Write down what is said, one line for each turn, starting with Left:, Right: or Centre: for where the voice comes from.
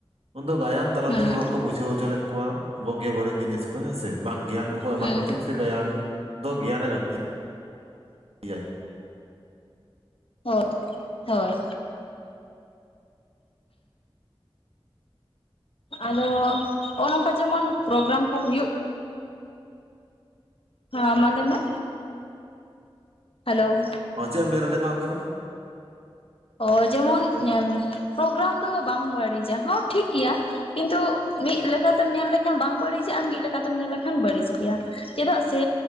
Right: ᱩᱱᱫᱚ ᱜᱟᱭᱟᱱ ᱛᱟᱞᱟ
Left: ᱦᱮᱸ
Right: ᱛᱮᱜᱮ ᱦᱚᱲ ᱠᱚ ᱵᱩᱡᱷᱟᱹᱣ ᱦᱚᱪᱚ ᱞᱮᱫ ᱠᱚᱣᱟ ᱵᱩᱜᱤ ᱵᱟᱹᱲᱤᱡ ᱡᱤᱱᱤᱥ ᱠᱚ ᱦᱮᱸᱥᱮ ᱵᱟᱝ ᱜᱮᱭᱟᱱ ᱠᱚ ᱠᱚ ᱮᱢᱟᱜ
Left: ᱦᱮᱸ
Right: ᱠᱚᱛᱮ ᱥᱮ ᱜᱟᱭᱟᱱ ᱫᱚ ᱜᱮᱭᱟᱱᱮ ᱟᱹᱲᱛᱤ ᱮᱭᱟᱭ᱾
Left: ᱦᱳ ᱦᱳᱭ᱾ ᱟᱫᱚ ᱦᱚᱜᱼ ᱱᱚᱝᱠᱟ ᱡᱮᱢᱚᱱ ᱯᱨᱳᱜᱨᱟᱢ ᱠᱚ ᱦᱩᱭᱩᱜ ᱦᱮᱸ ᱢᱟ ᱞᱟᱹᱭ ᱢᱮ᱾ ᱦᱮᱞᱳ,
Right: ᱦᱚᱸᱪᱮᱫ ᱮᱢ ᱞᱟᱹᱭ ᱫᱟ ᱞᱟᱹᱭ ᱢᱮ ᱟᱢᱟ ᱜᱮ ᱢᱟ᱾
Left: ᱚ ᱡᱮᱢᱚᱱ ᱯᱨᱳᱜᱨᱟᱢ ᱫᱚ ᱵᱟᱝ ᱵᱟᱹᱲᱤᱡᱟ ᱦᱚᱸ ᱴᱷᱤᱠ ᱜᱮᱭᱟ᱾ ᱠᱤᱱᱛᱩ ᱢᱤᱫ ᱞᱮᱠᱟᱛᱮᱢ ᱧᱮᱞ ᱞᱮᱠᱷᱟᱱ ᱵᱟᱝ ᱵᱟᱹᱲᱤᱡᱼᱟ ᱟᱨ ᱢᱤᱫ ᱞᱮᱠᱟᱛᱮᱢ ᱧᱮᱞ ᱞᱮᱠᱷᱟᱱ ᱵᱟᱹᱲᱤᱡ ᱜᱮᱭᱟ᱾ ᱪᱮᱫᱟᱜ ᱥᱮ